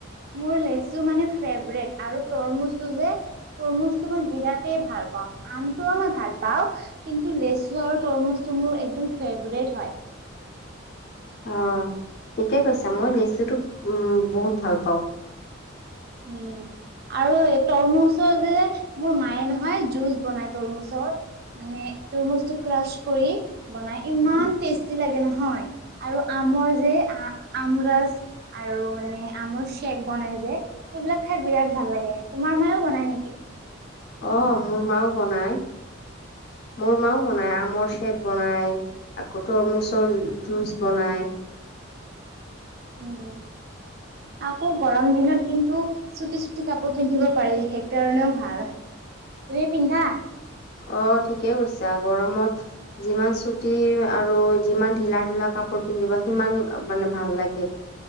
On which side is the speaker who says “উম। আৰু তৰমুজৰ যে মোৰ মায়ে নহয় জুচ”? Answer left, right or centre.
Right